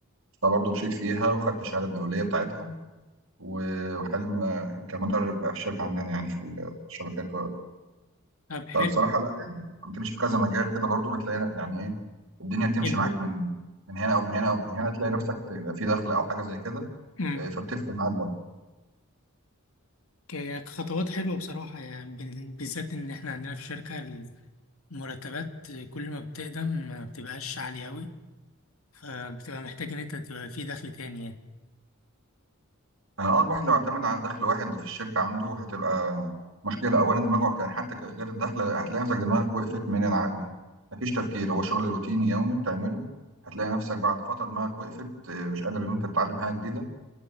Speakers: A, on the right; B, on the left.
A: فبرضه مشيت فيها وخدت الشهاده الدوليه بتاعتها و- وحاليا بقى كمدرب بقى في الشركه عندنا يعني في الشبكات
B: طب حلو
A: فبصراحه لا يعني لما تمشي في كذا مجال كده برضو بتلاقي يعني ايه الدنيا بتمشي
B: حلو
A: معاك من من هنا او من هنا او من هنا تلاقي نفسك تبقى في دخل او حاجه زي كده
B: حلو
A: آه، فبتفرق معاك برضو
B: ك- كخطوات حلوة بصراحة يعني بال- بالذات إن إحنا عندنا في الشركة المرتبات كل ما بتقدم ما بتبقاش عالية أوي فبتبقى محتاج إن أنت تبقى في دخل تاني يعني
A: اه آه، الواحد لو اعتمد على دخل واحد في الشركه عنده هتبقى مشكله اولا دماغه كان حتى ك- غير الدخل هتلاقي نفسك دماغك وقفت من الع... من مفيش تفكير هو شغل روتيني يومي بتعمله هتلاقي نفسك بعد فتره دماغك وقفت آه، مش قادر ان انت تتعلم حاجه جديده